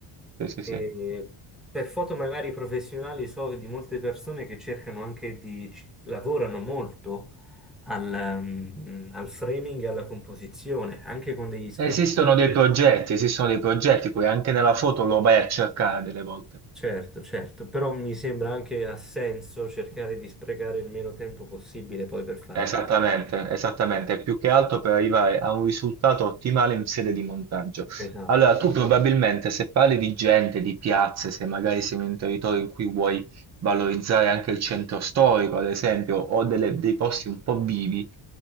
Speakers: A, on the right (about 35°); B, in the centre.
A: sì, sì,
B: E
A: sì.
B: per foto magari professionali so di molte persone che cercano anche di... ci- lavorano molto al, mm, al framing e alla composizione, anche con degli sketch.
A: Esistono dei progetti, esistono dei progetti, poi anche nella foto lo vai a cercare delle volte.
B: Certo, certo, però mi sembra anche ha senso cercare di sprecare il meno tempo possibile poi per fare
A: Esattamente,
B: una...
A: esattamente, più che altro per arrivare a un risultato ottimale in sede di montaggio.
B: Esatto,
A: Allora, tu probabilmente se parli di gente, di piazze, se magari sei in un territorio in cui vuoi valorizzare anche il centro storico, ad esempio, o delle- dei posti un po' vivi,